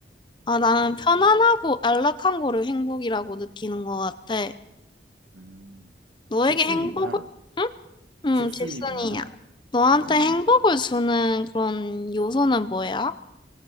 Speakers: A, on the left (about 25°); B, on the right (about 80°).
A: 아 나는
B: 음,
A: 편안하고 안락한 거를 행복이라고 느끼는 것 같아.
B: 음.
A: 너에게
B: 집순이구나.
A: 행복을 응? 응,
B: 집순이구나.
A: 질문이야. 너한테
B: 아,
A: 행복을 주는 그런 요소는 뭐야?